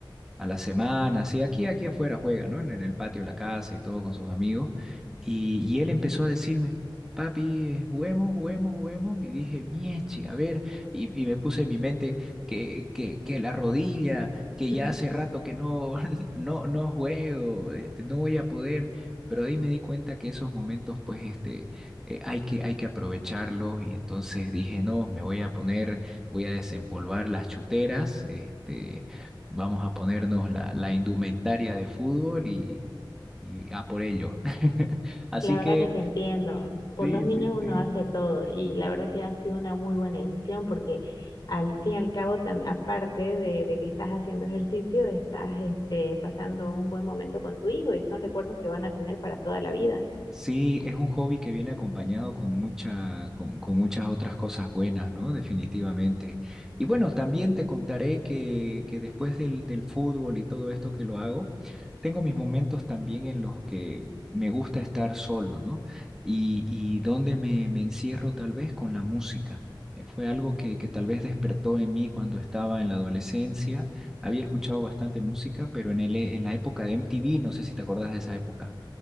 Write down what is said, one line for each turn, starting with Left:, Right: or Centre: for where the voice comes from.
Centre: a la semana, así aquí, aquí afuera juega, ¿no? En, en el patio de la casa y todo con sus amigos. Y, y él empezó a decirme, papi, eh, juguemos, juguemos, juguemos. Y dije, mieche, a ver, y, y me puse en mi mente que, que, que la rodilla,
Left: <laughs>
Centre: que ya hace rato que no, <laughs> no, no juego, este, no voy a poder. Pero ahí me di cuenta que esos momentos, pues, este, eh, hay que, hay que aprovecharlos y entonces dije, no, me voy a poner, voy a desempolvar las chuteras, este, Vamos a ponernos la, la indumentaria de fútbol y, y a por ello. <laughs> Así
Left: La verdad
Centre: que,
Left: que te entiendo. Por
Centre: sí,
Left: los niños
Centre: sí,
Left: uno
Centre: sí.
Left: hace todo y la verdad que ha sido una muy buena decisión porque al fin y al cabo, tam- aparte de, de que estás haciendo ejercicio, estás este, pasando un buen momento con tu hijo y son recuerdos que van a tener para toda la vida.
Centre: Sí, es un hobby que viene acompañado con mucha, con, con muchas otras cosas buenas, ¿no? Definitivamente. Y bueno, también te contaré que, que después del, del fútbol y todo esto que lo hago, tengo mis momentos también en los que me gusta estar solo, ¿no? Y, y donde me, me encierro tal vez con la música. Eh, Fue algo que, que tal vez despertó en mí cuando estaba en la adolescencia. Había escuchado bastante música, pero en el, en la época de MTV, no sé si te acordás de esa época.